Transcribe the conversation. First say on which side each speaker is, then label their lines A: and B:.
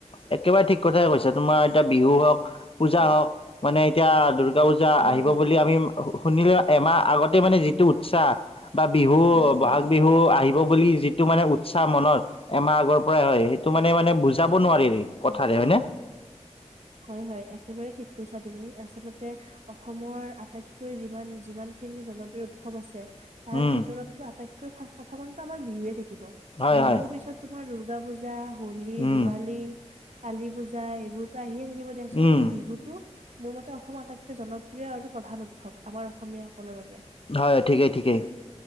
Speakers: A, on the left (about 50°); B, on the right (about 70°).
A: একেবাৰে ঠিক কথাই কৈছা তোমাৰ এতিয়া বিহু হওঁক পূজা
B: হয়
A: হওঁক মানে এতিয়া দুৰ্গা পূজা
B: হয়
A: আহিব
B: হয়
A: বুলি আমি শুনিলে এমাহ আগতে মানে যিটো উৎসাহ বা বিহু
B: অ
A: বহাগ
B: অ
A: বিহু আহিব বুলি যিটো মানে উৎসাহ মনৰ এমাহ আগৰ পৰাই হয় সেইটো মানে মানে বুজি নোৱাৰি
B: হয়
A: কথাৰে হয়নে
B: হয় হয় একেবাৰেই ঠিক কৈছা তুমি আচলতে অসমৰ আটাইতকৈ যিমান যিমান খিনি জনপ্ৰিয় উৎসৱ আছে তাৰ
A: উম
B: ভিতৰতটো আটাইটকৈ <unintelligible> প্ৰথমতেটো আমাৰ বিহুৱে থাকিব <unintelligible>
A: হয়
B: বিহুৰ
A: হয়
B: পিছত তোমাৰ <unintelligible> দুৰ্গা পূজা হলি
A: উম
B: দিৱালী <unintelligible> কালী পূজা এইবোৰ আহ আহি ম থাকিব দিয়াচোন
A: উম
B: কিন্তু বিহুতো <unintelligible> মোৰ মতে অসমৰ আটাইতকৈ জনপ্ৰিয় আৰু প্ৰধান উৎসৱ আমাৰ অসমীয়াসকলৰ বাবে
A: হয় ঠিকেই ঠিকেই